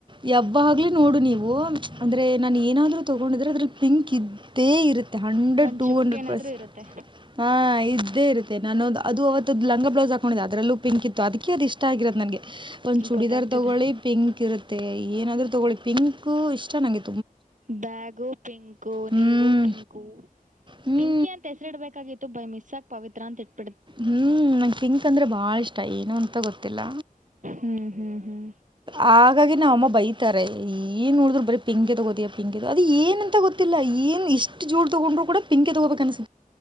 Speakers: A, on the right; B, on the right.
A: ಯಬ್ಬ ಆಗ್ಲಿ ನೋಡು ನೀವು ಅಂದ್ರೆ ನಾನ ಏನಾದ್ರೂ ತಗೊಂಡಿದ್ರೆ ಅದ್ರಲ್ಲಿ ಪಿಂಕ್ ಇದ. ತ್ತೆ ಇರುತ್ತೆ ಹಂಡ್ರೆಡ್
B: ಒಂದ್
A: ಟೂ
B: ಚುಕ್ಕೇನಾದ್ರೂ
A: ಹಂಡ್ರೆಡ್ ಪರ್ಸೆಂಟ್.
B: ಇರುತ್ತೆ
A: ಹಾ ಇದ್ದೇ ಇರುತ್ತೆ ನಾನು ಅದು ಅವವತ್ತುದ ಲಂಗ ಬ್ಲೌಸ್ ಹಾಕೊಂಡಿದ್ದ ಅದಲ್ಲೂ ಪಿಂಕ್ ಇತ್ತು ಅದಕ್ಕೆ ಅದು ಇಷ್ಟ ಆಗಿರತ್ತದು ನನ್ಗೆ. ಒಂದ ಚೂಡಿದಾರ್
B: ಗೊತ್ತಾಗ್ತಿದೆ
A: ತೊಗೊಳ್ಳಿ ಪಿಂಕ್ ಇರುತ್ತೆ ಏನಾದ್ರು ತೊಗೊಳ್ಳಿ ಪಿಂಕ್ ಇಷ್ಟ ನಗ.
B: ಬ್ಯಾಗು ಪಿಂಕ್ು
A: ಹ್ಞೂ
B: ನೀವು ಪಿಂಕು.
A: ಹ್ಞೂ
B: ಪಿಂಕಿ ಅಂತ ಹೆಸರಿಡ್ಬೇಕಾಗಿತ್ತು ಬೈ ಮಿಸ್ ಆಗ ಪವಿತ್ರ ಅಂತ ಇಟ್ಟಿದ್ದಾರೆ.
A: ಹೂಂ ನಂಗೆ ಪಿಂಕ್ ಅಂದ್ರೆ ಭಾಳ ಇಷ್ಟ ಏನು ಅಂತ ಗೊತ್ತಿಲ್ಲ.
B: ಹ್ಮ್ ಹ್ಮ್ ಹ್ಮ್
A: ಹಾಗಾಗಿ ನಾವ್ ಅಮ್ಮ ಬೈತಾರೆ ಏನ್ ನೋಡಿದ್ರು ಬರೀ ಪಿಂಕೆ ತಗೋತಿಯಾ ಪಿಂಕೆ ಅದು ಏನಂತ ಗೊತ್ತಿಲ್ಲ ಏನ್. ಇಷ್ಟ ಜೋಡ್ ತಗೊಂಡರು ಕೂಡ ಪಿಂಕ ತಗೋಬೇಕ ಅನ್ಸುತ್ತ.